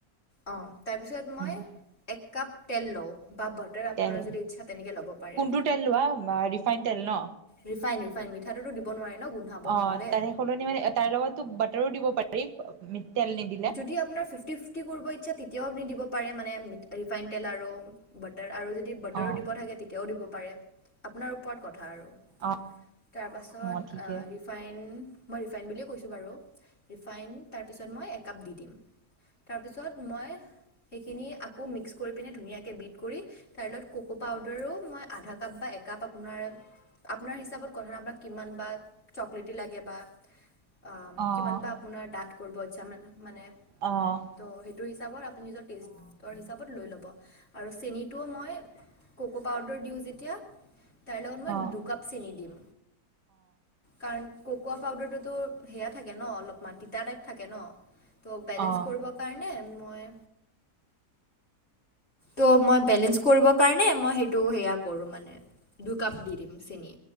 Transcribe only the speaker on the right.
উম,
তেল
কোনটো তেল লোৱা ৰিফাইন তেল ন
অ',
তাৰে সলনি মানে তাৰ লগতো বাটাৰো দিব পাৰি তেল নিদিলে
অ',
অ',
অ', ঠিকে
অ',
অ', অ',
অ',
অ',